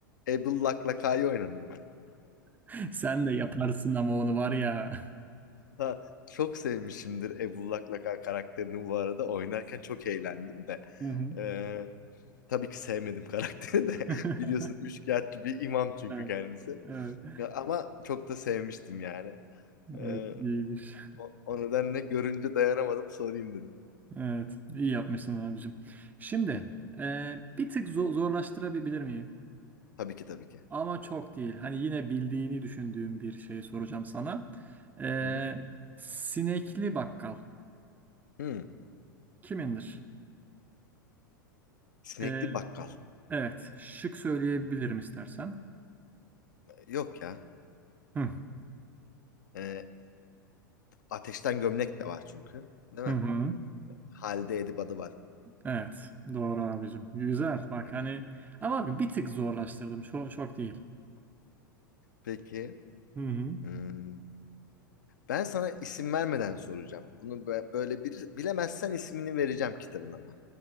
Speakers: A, on the left (about 60°); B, on the right (about 15°).
A: E- Ebul Laklaka'yı oynadım
B: <laughs> Sen de yaparsın ama onu var ya.
A: Ha, çok sevmişimdir Ebullak Laka karakterini bu arada. Oynarken çok eğlendim de.
B: <laughs> Hı hı.
A: Ee, tabii ki sevmedim karakteri de. <laughs>
B: <laughs>
A: Biliyorsun üçkağıtçı bir imam çünkü
B: Evet,
A: kendisi.
B: evet,
A: Ya, ama çok da sevmiştim yani.
B: evet
A: Ee,
B: iyiymiş.
A: o, o nedenle görünce dayanamadım sorayım dedim.
B: Evet, iyi yapmışsın abicim. Şimdi e, bir tık zo- zorlaştırabilir miyim?
A: Tabii ki tabii ki.
B: Ama çok değil. Hani yine bildiğini düşündüğüm bir şey soracağım sana. Ee,
A: Hı hı.
B: sinekli bakkal
A: Hı.
B: kimindir?
A: Sinekli
B: Ee,
A: bakkal.
B: evet. Şık söyleyebilirim
A: Hı hı.
B: istersen.
A: Yok ya.
B: Hı
A: Ee, ateşten gömlek de var çünkü. Değil
B: hı.
A: mi?
B: hı.
A: Halde Edip adı var.
B: Evet. Doğru abicim. Güzel. Bak
A: Hı hı.
B: hani ama abi bir tık zorlaştırdım. Çok, çok değil.
A: Peki.
B: Hı hı.
A: Hmm. Ben sana isim vermeden soracağım. Bunu bö- böyle bir bilemezsen ismini vereceğim kitabın ama.